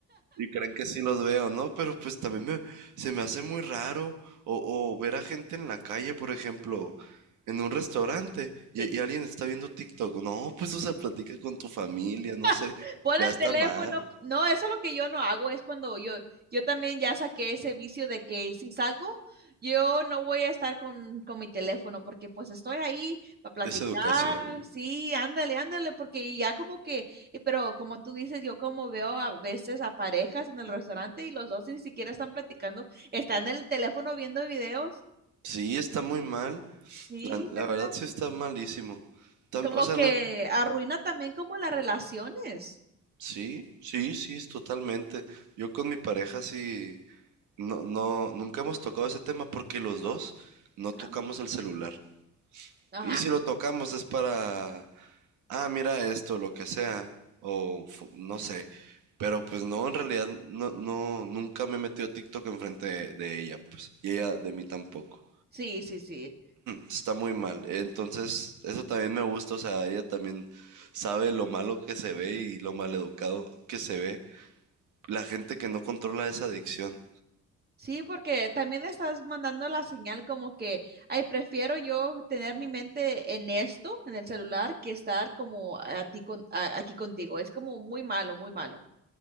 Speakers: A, on the right (about 80°); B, on the right (about 30°).
A: Y creen que sí los veo, ¿no? Pero pues también me- se me hace muy raro o, o ver a gente en la calle, por ejemplo, en un restaurante
B: Sí.
A: y, y alguien está viendo TikTok. No, pues o sea, platica con tu familia, no
B: <laughs>
A: sé.
B: Pon
A: Ya
B: el
A: está
B: teléfono.
A: mal.
B: No, eso es lo que yo no hago. Es cuando yo, yo también ya saqué ese vicio de que si salgo, yo no voy a estar con, con mi teléfono porque pues estoy ahí para platicar.
A: Es educación.
B: Sí, ándale, ándale, porque ya como que, eh, pero como tú dices, yo como veo a veces a parejas en el restaurante y los dos ni siquiera están platicando, están en el teléfono viendo videos.
A: Sí, está muy mal.
B: Sí,
A: La, la
B: ¿verdad?
A: verdad sí está malísimo. Tam-
B: Como
A: o sea,
B: que
A: no,
B: arruina también como las relaciones.
A: sí, sí, sí, es totalmente. Yo con mi pareja sí, no, no, nunca hemos tocado ese tema porque los dos no tocamos
B: Ah,
A: el celular.
B: Ajá,
A: Y si lo tocamos es para, ah, mira esto, lo que sea, o fu- no sé. Pero pues no, en realidad no, no, nunca me he metido a TikTok enfrente de, de ella, pues. Y ella de mí tampoco.
B: sí, sí, sí.
A: está muy mal. Entonces, eso también me gusta, o sea, ella también sabe lo malo que se ve y lo maleducado que se ve la gente que no controla esa adicción.
B: Sí, porque también estás mandando la señal como que, ay, prefiero yo tener mi mente en esto, en el celular, que estar como a ti con, a- aquí contigo. Es como muy malo, muy malo.